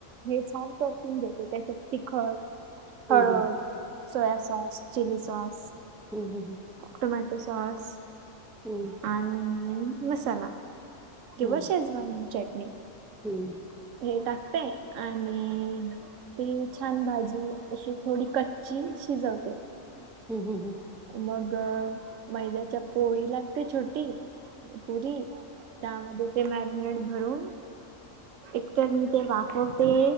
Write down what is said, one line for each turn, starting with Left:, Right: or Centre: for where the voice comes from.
Right: हे छान परतून घेते. त्याच्यात तिखट
Centre: हम्म
Right: हळद, सोया सॉस, चिली सॉस
Centre: हम्म हम्म हम्म.
Right: टोमॅटो सॉस
Centre: हम्म
Right: आणि मसाला, किंवा
Centre: हम्म
Right: शेजवान चटणी.
Centre: हम्म
Right: हे टाकते आणि ती छान भाजी अशी थोडी कट ची शिजवते.
Centre: हम्म हम्म हम्म.
Right: मग मैद्याच्या पोळी लाटते छोटी, पुरी. त्यामध्ये ते मॅरिनेट भरून, एकतर मी ते वाफवते